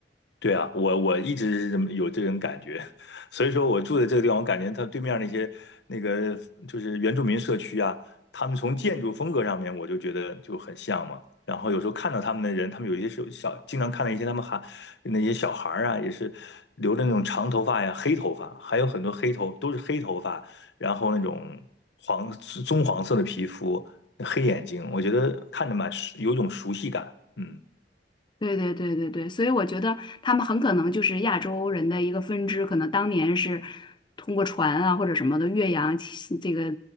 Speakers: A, on the left; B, on the left.
A: 对啊，我我一直是这么有这种感觉，<laughs> 所以说我住的这个地方，我感觉它对面儿那些那个就是原住民社区啊，他们从建筑风格上面，我就觉得就很像嘛。然后有时候看到他们的人，他们有一些时候小，经常看到一些他们还那些小孩儿啊，也是留着那种长头发呀、黑头发，还有很多黑头都是黑头发，然后那种黄棕黄色的皮肤、黑眼睛，我觉得看着蛮有一种熟悉感。嗯
B: 对对对对对，所以我觉得他们很可能就是亚洲人的一个分支，可能当年是通过船啊或者什么的越洋起这个